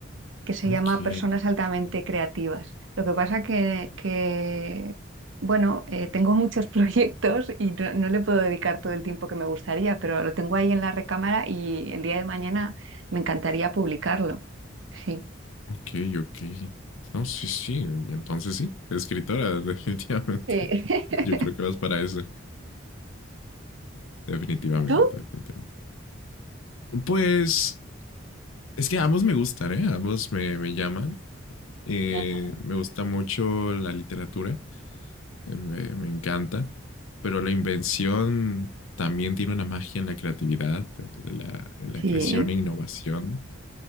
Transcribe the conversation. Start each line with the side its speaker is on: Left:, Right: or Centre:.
Right: que se
Left: Ok.
Right: llama Personas altamente creativas. Lo que pasa que, que, bueno, eh, tengo muchos <laughs> proyectos y no, no le puedo dedicar todo el tiempo que me gustaría, pero lo tengo ahí en la recámara y el día de mañana me encantaría publicarlo. Sí.
Left: Ok, ok. No, sí, sí. Entonces sí, escritora, <laughs> definitivamente.
Right: Sí.
Left: Yo
Right: <laughs>
Left: creo que vas para eso. Definitivamente,
Right: ¿Y tú?
Left: definitivamente. Pues es que ambos me gustan, ¿eh? Ambos me, me llaman. Eh,
Right: Ujú.
Left: me gusta mucho la literatura. eh, me, me encanta. Pero la invención también tiene una magia en la creatividad, en la, en
Right: Sí.
Left: la creación e innovación.